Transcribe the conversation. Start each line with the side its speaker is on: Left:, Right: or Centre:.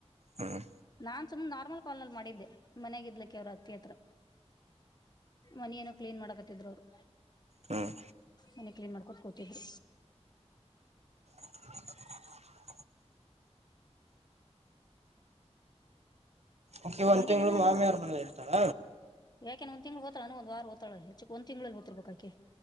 Right: ಹ್ಮ್
Left: ನಾನ್ ಸುಮನ್ ನಾರ್ಮಲ್ ಕಾಲ್ ನಲ್ಲಿ ಮಾಡಿದ್ದೆ ಮನೆಾಗ ಇದ್ಲಿಕ್ಕೆ ಅವ್ರ ಹತ್ತಿ ಹತ್ರ ಮನ ಏನೋ ಕ್ಲೀನ್ ಮಾಡಕತ್ತಿದ್ರು ಅವ್ರು
Right: ಹ್ಮ್
Left: ಮನಿ ಕ್ಲೀನ್ ಮಾಡ ತಕುತಿದ್ರು.
Right: <inaudible> <inaudible> ಆಕಿ ಒಂದ್
Left: ಬಂದಿಲೆನ್
Right: ತಿಂಗಳು
Left: ಹಂಗಂದ್ರ
Right: ಮಾಮಿಯವ್ರ ಮನೇಲಿ ಇರ್ತಾಳ
Left: ಯಾಕೆನ್ ಒಂದ್ ತಿಂಗಳ ಹೋತಾರನ ಒಂದ. ವಾರ್ ಹೊತಳ ಹೆಚ್ಚಕ್ ಒಂದ್ ತಿಂಗಳೆಲ್ಲಿ ಹೊತಿರ್ಬೇಕಕೀ.